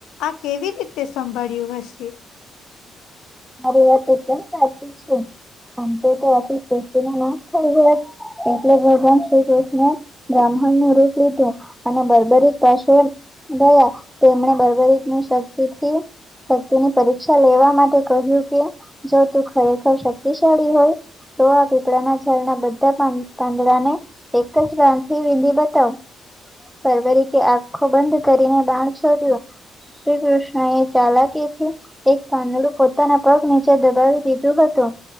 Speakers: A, on the left; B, in the centre.
A: આ કેવી રીતે સંભાળ્યું હશે.
B: મારી વાત એકદમ સાચું તો તો <unintelligible> એટલે ભગવાન શ્રી કૃષ્ણએ બ્રાહ્મણ નું રૂપ લીધું અને બર્બરીક પાછ ગયા તેમણે બર્બરીકની શક્તિથી શક્તિની પરીક્ષા લેવા માટે કહ્યું કે જો તું ખરેખર શક્તિશાળી હોય. તો આ પીપડાના છાલના બધા પાંદડા ને એક જ બાંખી વિંદી બતાવ. ફરવરી કે આખો બંધ કરીને બાણ શોધ્યું. શ્રી કૃષ્ણ એ ચાલાકી થી એક પાંદડુ કપ પોતાના પગ નીચે દબાવી દીધું હતું.